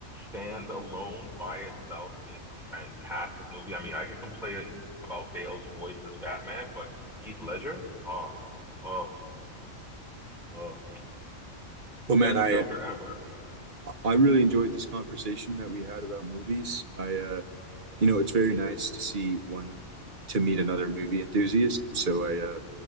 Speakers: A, in the centre; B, on the right (about 40°).
A: stand alone by itself, is a fantastic movie. I mean, I could complain about Bale's voice as Batman, but Heath Ledger, oh, oh, oh,
B: Well, man,
A: best
B: I
A: Joker ever.
B: I really enjoyed this conversation that we had about movies. I uh, you know, it's very nice to see one to meet another movie enthusiast. So I uh,